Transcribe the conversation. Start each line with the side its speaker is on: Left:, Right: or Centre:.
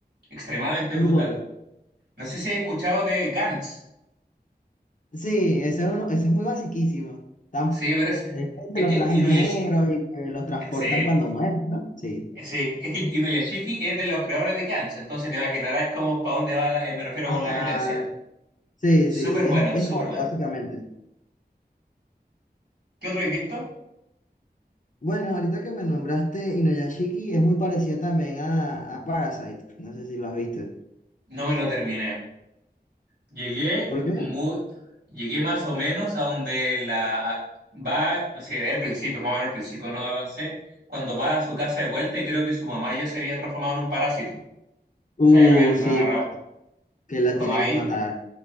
Right: extremadamente
Left: Muy
Right: brutal.
Left: bueno.
Right: No sé si he escuchado de Gantz,
Left: Sí, ese es, uno, ese es muy basiquísimo. Tan,
Right: sí, pero es,
Left: es de
Right: es
Left: los
Right: que
Left: trajes
Right: Inuyashiki,
Left: negros y que los transportan
Right: sí,
Left: cuando mueren, ¿no? Sí.
Right: sí, es que Inuyashiki es de los creadores de Gantz, entonces te imaginarás como para dónde va, la- eh, me refiero
Left: Ajá.
Right: con la violencia.
Left: Sí,
Right: Súper
Left: sí, sí,
Right: bueno,
Left: es, es
Right: súper
Left: joya,
Right: bueno.
Left: básicamente.
Right: ¿Qué otro has visto?
Left: Bueno, ahorita que me nombraste Inuyashiki es muy parecido también a, a Parasite. No sé si lo has visto.
Right: No me lo terminé. Llegué
Left: ¿Por qué?
Right: muy, llegué más o menos a donde la a- va, o sea, del principio, más o menos al principio no avancé, cuando va a su casa de vuelta y creo que su mamá ya se había transformado en un parásito,
Left: Uh,
Right: o sea, ya la habían
Left: sí,
Right: agarrado.
Left: que la
Right: Como
Left: tiene
Right: ahí,
Left: que matar.